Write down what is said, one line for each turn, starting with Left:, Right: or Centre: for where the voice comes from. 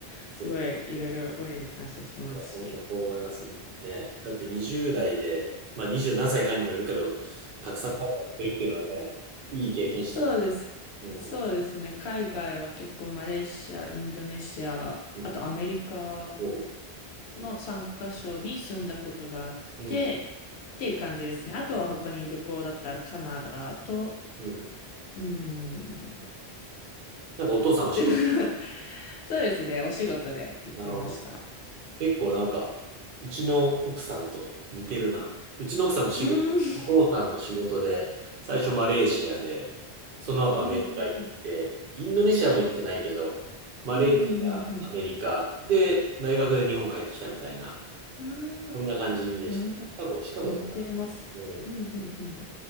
Left: すごいいろいろ親に感謝してますし。
Right: そうですね。いや、本当こう思いますね。だって20代で、まあ20何歳かにもよるけど、たくさん海外行ってるっていうのはね、いい経験してます。
Left: そうです。
Right: うん。
Left: そうですね。海外は結構マレーシア、インドネシア、
Right: うん。
Left: あとアメリカ
Right: そ
Left: の3カ所に住んだことがあって、
Right: う。うん。
Left: っていう感じですね。あとは他に旅行だったらカナダと、
Right: うん。
Left: うーん。
Right: なんかお父さんの仕事、
Left: <laughs> そうですね。お仕事で行ってました。
Right: なるほど。結構なんか、うちの奥さんと似てるな。うちの奥さんも仕事、
Left: うーん。
Right: お父さんの仕事で、最初マレーシアで、その後アメリカ行って、
Left: <laughs> うんうんうん
Right: インドネシアは行ってないけど、マレーシア、
Left: うんうんうん
Right: アメリカ、で、大学で日本帰ってきたみたいな、
Left: うん。ああ、
Right: そんな感じでした。
Left: なるほど。
Right: シカゴ、シカゴだったかな。
Left: 似てます。
Right: うん。
Left: うんうんうん。